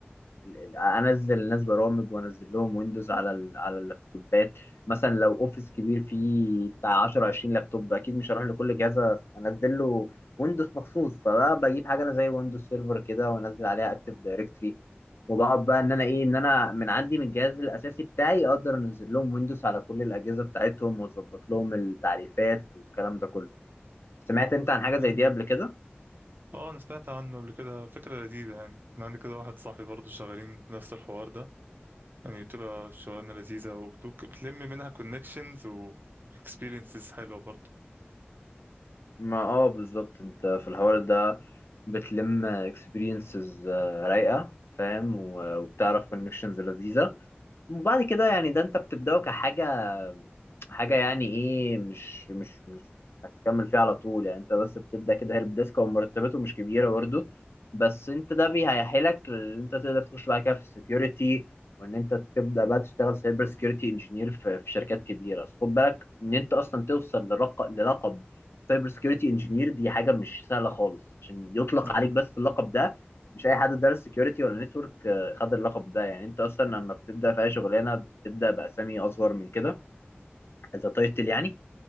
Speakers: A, on the left; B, on the right.
A: ال... ال- انزل الناس برامج وانزل لهم ويندوز على ال... على اللابتوبات مثلا لو اوفيس كبير فيه بتاع 10 20 لابتوب اكيد مش هروح لكل جهاز انزل له ويندوز مخصوص فبقى بجيب حاجة انا زي ويندوز سيرفر كده وانزل عليها اكتيف دايركتري وبقعد بقى ان انا ايه ان انا من عندي من الجهاز الاساسي بتاعي اقدر انزل لهم ويندوز على كل الاجهزه بتاعتهم واظبط لهم التعريفات والكلام ده كله سمعت انت عن حاجه
B: ايوه
A: زي دي قبل كده
B: اه انا سمعت عنه قبل كده فكره لذيذه يعني انا عندي كده واحد صاحبي برضه شغالين في نفس الحوار ده يعني بتبقى شغلانه لذيذه وبتلم منها كونكشنز و experiences حلوه برضه
A: ما اه بالظبط انت في الحوار ده بتلم اكسبيرينسز رايقه فاهم و- وبتعرف كونكشنز لذيذه وبعد كده يعني ده انت بتبدأه كحاجة حاجة يعني ايه مش مش مش انك تكمل فيها على طول يعني انت بس بتبدأ كده هيلب ديسك ومرتباته مش كبيرة برضه بس انت ده بيهيحلك ان انت تقدر تخش بعد كده في السكيورتي وان انت تبدأ بقى تشتغل سايبر سكيورتي انجينير في, في شركات كبيرة بس خد بالك ان انت اصلا توصل لرق... للقب سايبر سكيورتي انجينير
B: امم
A: دي حاجة مش سهلة خالص عشان يطلق
B: ايوه
A: عليك بس اللقب ده مش اي حد دارس سكيورتي ولا نتورك خد اللقب ده يعني انت اصلا لما بتبدا في اي شغلانه بتبدا باسامي اصغر من كده اذا تايتل يعني